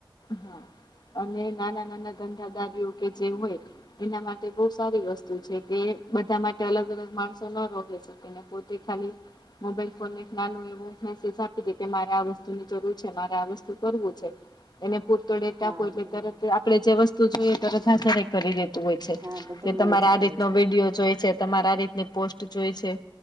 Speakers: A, on the left; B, on the right.
A: હા અને નાના નાના ધંધાદારીઓ કે જેવું હોય એના માટે બહુ સારી વસ્તુ છે કે બધા માટ ટે અલગ અલગ માણસો ન રોકી શકે ને પોતે ખાલી મોબાઈલ ફોનને એક નાનું એવું મેસેજ આપી દે કે મારે આ વસ્તુની જરૂર છે મારે આ વસ્તુ કરવું છે. એને પુરતોડે ત્યાં
B: હા
A: કોઈને તરત આપડે જે વસ્તુ જોઈએ તરત હજરે કરી દે. તું હોય છે
B: હા બધું
A: કે
B: મળી
A: તમારે
B: જતું
A: આ રીતનો
B: હોય છે
A: વિડીયો જોય છે તમારે આ રીતની પોસ્ટ જોય છે